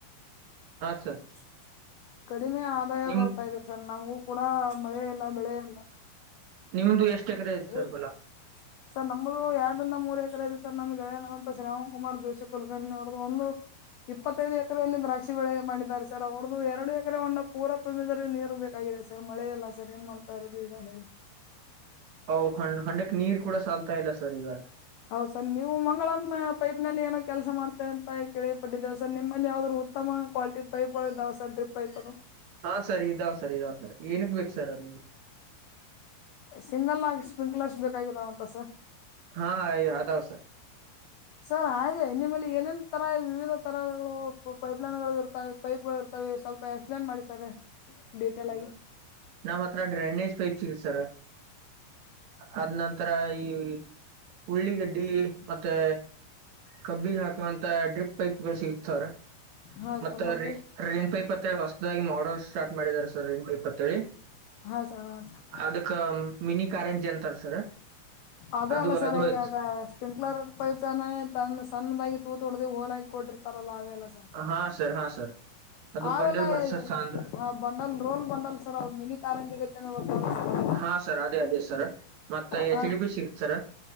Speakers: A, on the right; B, on the left.
A: ಹಾ ಸರ್
B: <inaudible> ಕಡಿಮೆ ಆದಾಯ
A: ನಿಮ್
B: ಬರ್ತಾ ಇದೆ ಸರ್ ನಮಗೂ ಕೂಡಾ ಮಳೆ ಇಲ್ಲಾ ಬೆಳೆ ಇಲ್ಲಾ
A: ನಿಮ್ದು ಎಷ್ಟ್ ಎಕರೆ ಐತ್ ಸರ್
B: ಏಯ್
A: ಹೊಲ
B: <unintelligible> ಸರ್ ನಮ್ದು ಆಡ್ರಿಂದ ಮೂರ್ ಎಕರ ಇದೆ ಸರ್ ನಮ್ ಗೆಳೆಯಾ ಅನ್ನುವಂತ ಶ್ರವಣಕುಮಾರ್ ಜೋಶಿ ಕುಲಕರ್ಣಿ ಅವರ್ದು ಒಂದು ಇಪ್ಪತ್ತೈದು ಎಕರೆಯಲ್ಲಿ ದ್ರಾಕ್ಷಿ ಬೆಳೆ ಮಾಡಿದ್ದಾರೆ ಸರ್ ಅವ್ರ್ದು ಎರಡು ಎಕರೆ ಹೊಂಡ ಪೂರ ತುಂಬಿದರೆ ನೀರು ಬೇಕಾಗಿದೆ ಸರ್ ಮಳೆಯಲ್ಲಾ ಸರ್ ಏನ್ ಮಾಡ್ತಾ ಇರೋದು ಈಗ ಹೇಳಿ
A: ಔ ಹಳ್ ಹಂಡೆಕ್ ನೀರ್ ಕೂಡ ಸಲ್ತಾ ಇಲ್ಲ ಸರ್ ಈಗಾ
B: ಹೌದ ಸರ್ ನೀವು ಮಂಗಳಮ್ಮ ಪೈ ನಿಮ್ಮಲ್ಲಿ ಏನೋ ಕೆಲಸ ಮಾಡ್ತಾರೆ ಅಂತ ಕೇಳ ಪಟ್ಟಿದ್ದೇವ ಸರ್ ನಿಮ್ಮಲ್ಲಿ ಯಾವ್ದ್ರು ಉತ್ತಮ ಕ್ವಾಲಟಿ ಪೈಪ್ಗಳು ಇದಾವ ಸರ್ ಡ್ರಿಪ್ ಪೈಪ್ ಅದು
A: ಹಾ ಸರ್ ಇದಾವ್ ಸರ್ ಇದಾವ್ ಸರ್ ಏನಕ್ ಬೇಕು ಸರ್ ಅದು?
B: ಸಿಂಗಲ್ ಆಗ ಸ್ಪ್ರಿಂಕ್ಲರ್ಸ್ ಬೇಕಾಗಿದಾವ ಅಂತ ಸರ್.
A: ಹಾ ಅದಾವ ಸರ್ -
B: ಸರ್ ಹಾಗೆ ನಿಮ್ಮಲ್ಲಿ ಏನೇನ್ ತರ ವಿವಿಧ ತರ ಪೈಪ್ಲೈನ್ ಗಳು ಇರ್ತೆ ಪೈಪ್ ಗಳು ಇರ್ತಾವೆ ಸ್ವಲ್ಪ ಪೈಪ್ಲೈನ್ ಮಾಡಿರ್ತಾರೆ ಸರ್ ಡೇಟಲ್ ಆಗಿ -
A: ನಮ್ಮ್ ಹತ್ರ ಡ್ರೈನೇಜ್ ಪೈಪ್ ಸಿಗತ್ತ ಸರ್ ಆದ್ ನಂತರ ಈ ಉಳ್ಳಿಗಡ್ಡಿ ಮತ್ತೆ ಕಬ್ಬಿಗೆ ಹಾಕುವಂತ ಡ್ರಿಪ್ ಪೈಪ್ ಸಿಗತಾವ್ರ
B: ಹಾ
A: ಮತ್ತ
B: ಸರ್ ಮತ್ತೆ
A: ರೈನ್ ಪೈಪ್ ಮತ್ತೆ ಹೊಸದಾಗಿ ಮಾಡಲ್ ಸ್ಟಾರ್ಟ್ ಮಾಡಿದ್ದಾರೆ ಸರ್ ಇನ್ಟಿಪ್ಪ ಹೇಳಿ
B: ಹಾ ಸರ್ ಹಾ ಸರ್
A: ಅದಕ್ಕ ಮಿನಿ ಕಾರ್ ಗೆಲ್ಲತಾರ್ ಸರ್
B: ಅದೇ
A: ಅದು
B: ಅಲ್ಲ ಸರ್
A: ಅದು
B: ಈಗ
A: ಐತ್
B: ಪಿಂಕ್ಲರ್ ಪೈಪ್ತ <unintelligible> ಸಣ್ಣದಾಗಿ ತೂತ ಹೊಡ್ದ ಹೋಲ್ ಹಾಕಿ ಕೊಟ್ಟಿರ್ತಾರಲ್ಲ ಅವೆಲ್ಲ ಸರ್
A: ಹಾ ಸರ್ ಹಾ ಸರ್ ಅದು
B: ಅವೆಲ್ಲ
A: ಬಂಡೆಲ್ ಬರ್ಸರ್ ಸಾನದು
B: ಹಾ bundle roll bundle sir mini ಕಾರಂಜಿಗತೇ <unintelligible>
A: ಹಾ ಸರ್ ಅದೇ ಅದೇ ಸರ್ ಮತ್ತ
B: ಹಾ
A: ಎಚ್ ಡಿ ಪಿ ಸಿಗತ್ ಸರ